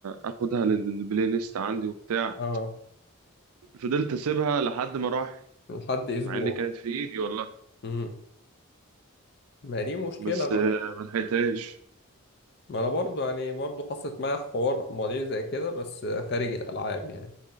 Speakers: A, on the right; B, on the left.
A: اخدها للبلاي ليست عندي وبتاع
B: اه
A: فضلت اسيبها لحد ما راح
B: لحد اسبوع
A: مع ان كانت في ايدي والله
B: امم ما دي مشكله
A: بس
B: بقى
A: آه، ما لحقتهاش
B: ما انا برضو يعني برضو حصلت معايا حوار مواضيع زي كده بس خارج الالعاب يعني